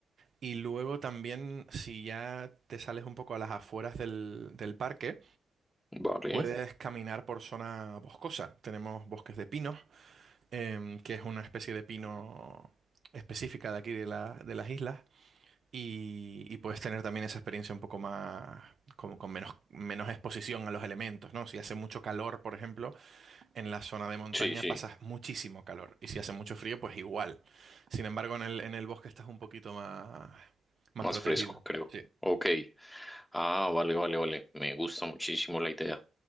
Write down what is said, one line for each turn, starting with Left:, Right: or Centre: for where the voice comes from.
Right: Y luego también, si ya te sales un poco a las afueras del del parque,
Left: Vale.
Right: Puedes caminar por zona boscosa. Tenemos bosques de pinos, em, que es una especie de pino específica de aquí de la- de las islas. Y, y puedes tener también esa experiencia un poco más, con, con menos, menos exposición a los elementos, ¿no? Si hace mucho calor, por ejemplo, en la zona de montaña
Left: Sí, sí,
Right: pasas muchísimo calor. Y si hace mucho frío, pues igual. Sin embargo, en el, en el bosque estás un poquito más, más
Left: más
Right: protegido.
Left: fresco, creo.
Right: Sí.
Left: Ok. Ah, vale, vale, vale. Me gusta muchísimo la idea.